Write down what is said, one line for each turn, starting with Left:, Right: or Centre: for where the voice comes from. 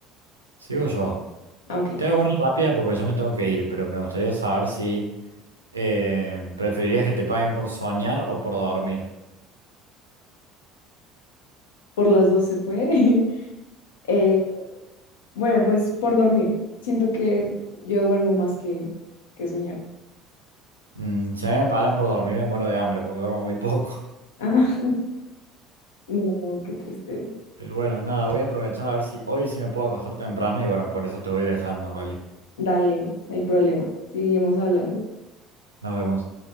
Right: sigo yo.
Left: Ah, Ok,
Right: Te hago una rápida porque yo me tengo que ir, pero me gustaría saber si Eh, ¿preferirías que te paguen por soñar o por dormir?
Left: por las dos se puede. <laughs> Eh, bueno, pues por dormir. Siento que yo duermo más que, que soñar.
Right: Mm, si a mí me pagan por dormir me muero de hambre porque duermo muy poco.
Left: <laughs> Ah, no, qué triste.
Right: <laughs> Pero bueno, nada, voy a aprovechar a ver si hoy sí me puedo acostar temprano y bueno, por eso te voy dejando, ¿vale?
Left: Dale, no hay problema. Seguimos hablando.
Right: Nos vemos.